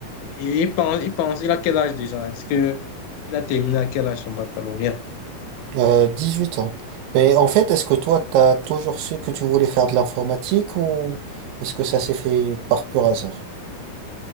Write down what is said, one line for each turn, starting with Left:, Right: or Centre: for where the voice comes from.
Left: Et il pense, il pense, il a quel âge déjà? Est-ce que il a terminé à quel âge son baccalauréat?
Right: Euh, huit ans. Et en fait, est-ce que toi, t'as toujours su que tu voulais faire de l'informatique ou est-ce que ça s'est fait par pur hasard?